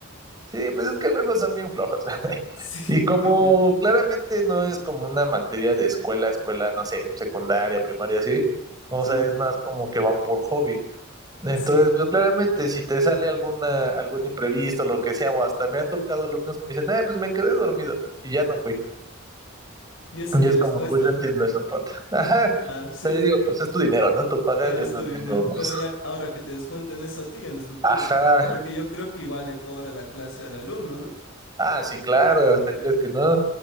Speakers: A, on the right; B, on the left.
A: Sí, pues es que luego son bien flojos. <laughs>
B: <laughs> Sí,
A: Y como
B: igual,
A: claramente no es como una materia de escuela, escuela, no sé, secundaria, primaria, así, o
B: sí,
A: sea, es más como que van por hobby. Entonces,
B: sí.
A: pues claramente si te sale alguna, algún imprevisto, lo que sea, o hasta me ha tocado alumnos que me dicen, eh, pues me quedé dormido y ya no fui.
B: Y eso
A: Y
B: que
A: es
B: les
A: como,
B: cuesta,
A: pues yo entiendo
B: ¿no?
A: esa parte. <laughs> Ajá.
B: Claro, sí.
A: O sea, yo digo, pues es tu dinero, ¿no? Tú pagas,
B: Claro,
A: yo
B: es
A: no
B: tu dinero,
A: tengo, pues,
B: pero ya ahora que te descuenten eso a ti ya no es tu culpa,
A: ajá.
B: porque, porque yo creo que igual le cobra la clase al alumno, ¿no?
A: Ah, sí, claro, hasta
B: Ya.
A: crees que no.